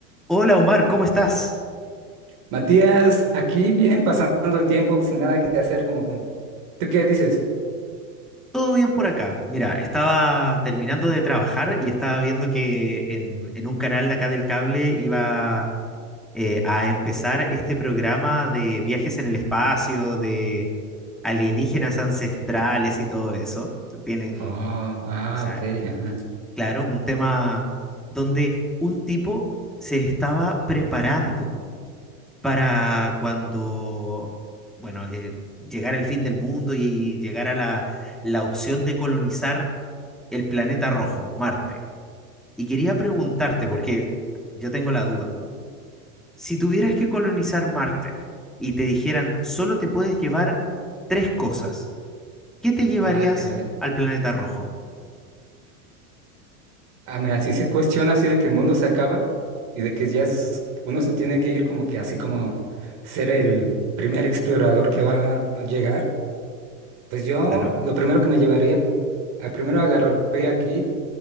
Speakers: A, in the centre; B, on the right.
A: Hola Omar, ¿cómo estás?
B: Matías, aquí bien pasando el tiempo sin nada que hacer, como que- ¿Tú qué dices?
A: ¿Todo bien por acá? Mira, estaba terminando de trabajar y estaba viendo que en, en un canal de acá del cable iba eh, a empezar este programa de viajes en el espacio, de alienígenas ancestrales y todo eso. Tienen,
B: Oh, ah,
A: o sea,
B: ok, ajá.
A: claro, un tema donde un tipo se estaba preparando para cuando, bueno, eh, llegar el fin del mundo y llegar a la, la opción de colonizar el planeta rojo, Marte. Y quería preguntarte, porque yo tengo la duda, si tuvieras que colonizar Marte y te dijeran, solo te puedes llevar tres cosas, ¿qué te llevarías
B: Ay, caray.
A: al planeta rojo?
B: Ah, mira, si se cuestiona así de que el mundo se acaba y de que ya es- uno se tiene que ir como que así como ser el primer explorador que va a llegar, pues yo
A: Claro.
B: lo primero que me llevaría, a- primero agarraría aquí